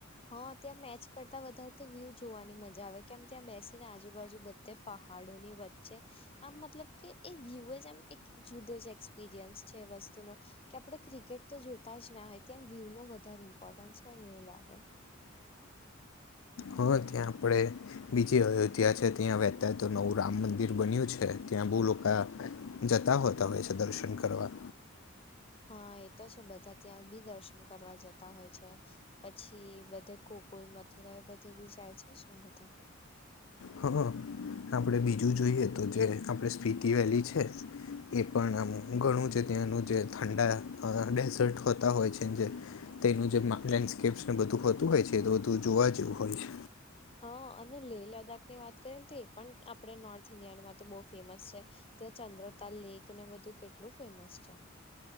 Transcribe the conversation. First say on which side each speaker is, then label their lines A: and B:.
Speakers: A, on the left (about 30°); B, on the left (about 75°).
A: હા ત્યાં મેચ કરતા વધારે તો વ્યુ જોવાની મજા આવે કેમ ત્યાં બેસીને આજુબાજુ બધે પહાડો ની વચ્ચે. આમ મતલબ કે એ વ્યુ જ એમ એક જુદો જ એક્સપિરિયન્સ છે વસ્તુનો. કે આપણે ક્રિકેટ તો જોતા જ ના હોય ત્યા વ્યવ નો વધારે ઇમ્પોર્ટન્સ હોય ને એવું લાગે.
B: હં ત્યાં આપણે બીજી ત્યાં છે ત્યાં વહેતા તો નવું રામ મંદિર બન્યું છે ત્યાં બહુ લોકો જતા હોતા હોય છે દર્શન કરવા.
A: હા એ તો છે બધા ત્યાં બી દર્શન કરવા જતા હોય છે. પછી બધે ગોકુલ મથુરા એ બધી બી જાય છે ને બધા.
B: હા, આપણે બીજું જોઈએ તો જે આપણે સ્પીતિ વેલી છે. એ પણ આમ
A: ઓહો
B: ઘણું જે ત્યાંનું જે ઠંડા અહ ડેઝર્ટ હોતા હોય છે જે તેનું જેમાં લેન્ડસ્કેપ્સ ને બધું હોતું હોય છે એ તો બધું જોવા જેવું હોય.
A: હા અને લેહ લદ્દાખ ની વાત કરીએ ને તો એ પણ આપણે નોર્થ ઇન્ડિયાનમાં તો બહુ ફેમસ છે. ત્યાં ચંદ્રતાલ લેક ને બધું કેટલું ફેમસ છે.